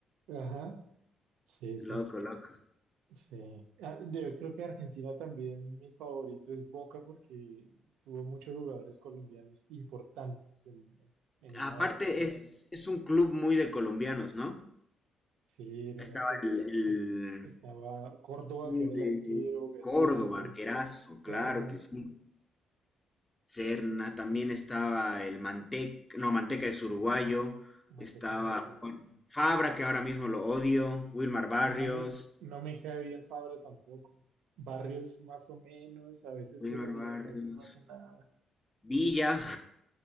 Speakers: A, on the right (about 85°); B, on the left (about 15°).
A: Ajá, sí, eso
B: Loco, loco.
A: Sí, Ah, yo creo que Argentina también mi favorito es Boca porque tuvo muchos jugadores colombianos importantes en, en- en una
B: Aparte,
A: época.
B: es, es un club muy de colombianos, ¿no?
A: Sí, en
B: Estaba
A: una época
B: el, el-
A: es- estaba Córdoba,
B: el
A: que era el arquero, Bermúdez,
B: Córdoba, Arquerazo,
A: Serna,
B: claro que sí. Serna, también estaba el Manteca, no, Manteca es uruguayo,
A: Manteca
B: estaba
A: Martínez.
B: Juan
A: sí.
B: Fabra, que ahora mismo lo odio, Wilmar Barrios,
A: No me, no me cae bien Fabra tampoco. Barrios más o menos, a veces
B: Wilmar
A: juega bien,
B: Barrios,
A: a veces no hace nada.
B: Villa. <laughs>